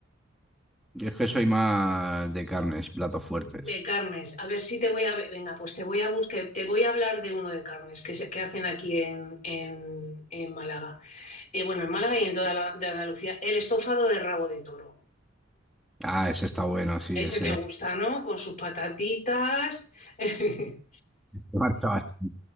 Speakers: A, in the centre; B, on the left.
A: Es que soy más de carnes, platos fuertes.
B: de carnes. A ver si te voy a... Venga, pues te voy a buscar, te voy a hablar de uno de carnes que, se- que hacen aquí en, en, en Málaga. Eh, bueno, en Málaga y en toda la, de Andalucía, el estofado de rabo de toro.
A: Ah, ese está bueno, sí,
B: Ese
A: ese.
B: te gusta, ¿no? Con sus patatitas. <laughs>
A: Marca bastante